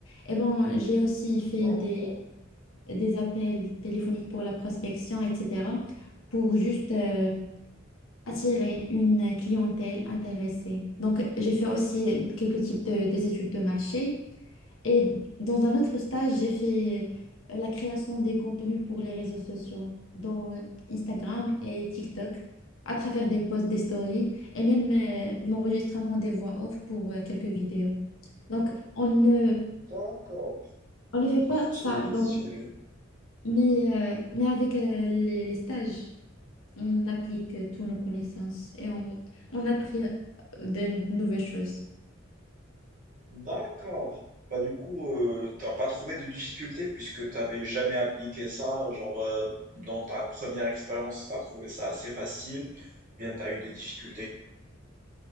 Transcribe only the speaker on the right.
D'accord,
d'accord.
Stylé,
stylé.
D'accord. Bah du coup, euh, t'as pas trouvé de difficulté puisque t'avais jamais appliqué ça. Genre, euh, dans ta première expérience, t'as trouvé ça assez facile. ou Bien, t'as eu des difficultés.